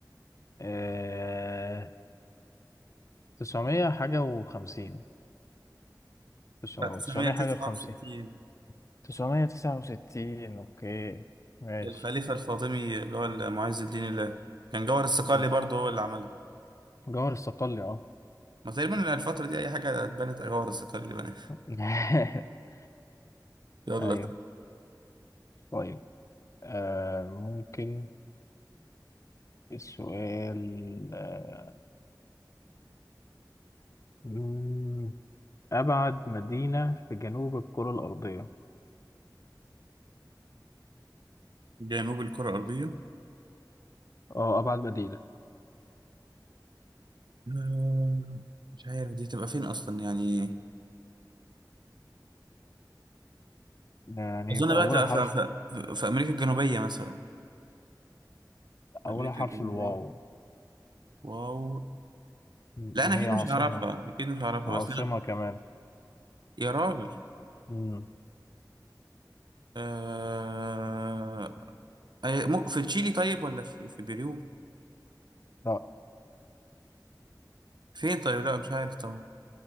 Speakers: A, on the left (about 45°); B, on the right (about 80°).
A: آه... 900 حاجة و50 900
B: لا 969
A: 900 حاجة و50 969 اوكي ماشي
B: الخليفة الفاطمي اللي هو معز الدين الله كان جوهر الصقلي
A: مم.
B: برضه هو اللي عملها
A: جوهر الصقلي اه
B: ما تقريبا الفترة دي أي حاجة اتبنت هو الرصاقية اللي بناها
A: <laughs>
B: يلا
A: ايوه طيب آه... ممكن السؤال آه... مم، أبعد مدينة في جنوب الكرة الأرضية
B: جنوب الكرة الأرضية
A: اه أبعد مدينة
B: آه، مش عارف دي هتبقى فين أصلا يعني
A: يعني
B: أظن
A: يبقى
B: بقى
A: أولها
B: تبقى
A: حرف
B: في, في, في, في أمريكا الجنوبية مثلا في
A: أولها
B: أمريكا
A: حرف
B: الجنوبية
A: الواو
B: واو
A: مم.
B: لا
A: وهي
B: أنا أكيد
A: عاصمة
B: مش هعرفها أكيد مش هعرفها
A: عاصمة
B: بس أنا
A: كمان
B: يا راجل
A: مم.
B: آه... أي- مو- في تشيلي طيب ولا في, في بيرو
A: لا
B: فين طيب لا مش عارف طبعا